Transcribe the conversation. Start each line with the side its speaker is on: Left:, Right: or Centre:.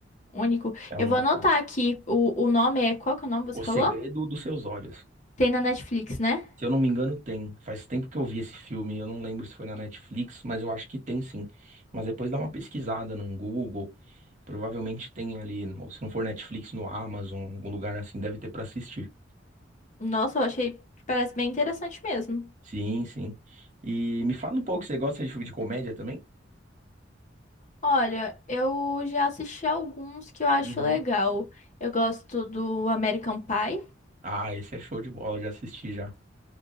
Left: único?
Right: É um
Left: Eu vou
Right: único
Left: anotar
Right: filme.
Left: aqui o, o nome é. Qual que é o nome que
Right: O
Left: você falou?
Right: Segredo dos Seus Olhos.
Left: Tem na Netflix, né?
Right: Se eu não me engano, tem. Faz tempo que eu vi esse filme. Eu não lembro se foi na Netflix, mas eu acho que tem sim. Mas depois dá uma pesquisada no Google. Provavelmente tem ali. Ou se não for Netflix, no Amazon, algum lugar assim, deve ter pra assistir.
Left: Nossa, eu achei que parece bem interessante mesmo.
Right: Sim, sim. E me fala um pouco, você gosta de filme de comédia também?
Left: Olha, eu já assisti alguns que eu acho
Right: Uhum.
Left: legal. Eu gosto do American Pie.
Right: Ah, esse é show de bola, já assisti já.